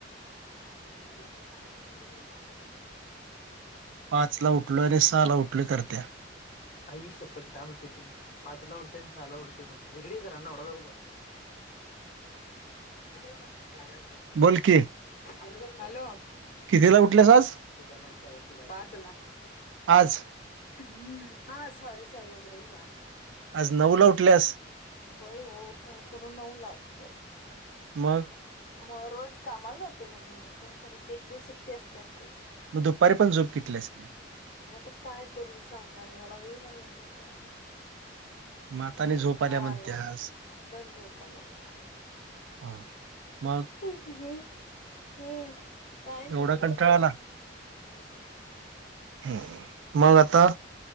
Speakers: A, on the left; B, on the right.
A: नंतर फोन करा <unintelligible>
B: पाचला उठलो आणि सहाला उठलो करत्या.
A: आईशप्पथ काय म्हटले तिने पाचला उठते आणि सहाला उठते म्हणते, इकडे ये जरा नवरा बायको- हॅलो. गाड्याच धरतात
B: बोल
A: बस,
B: की
A: अग बस. हॅलो.
B: कितीला उठलीस आज?
A: तुझा माईचा वकील आहे. पाचला.
B: पाच?
A: हम्म हा सॉरी सॉरी आज रविवार.
B: आज नऊला उठल्या अस-
A: होय हो, काय करू नऊला उठलो.
B: मग-
A: मग रोज कामाला जाते बा मी. काय करायच एक दिवस सुट्टी असते आम्हाला.
B: मग दुपारी पण झोप घेतल्यास?
A: मग आता काय करू सांगा मी. मला होई ना झालंय आता.
B: म आता नाही
A: कंटाळा
B: झोप आल्या म्हणत्यास.
A: आलाय म्हणून झोप आल्या मला.
B: ह मग?
A: हा काही
B: एवढा
A: नाही
B: कंटाळा आला
A: हम्.
B: हम्, मग आता?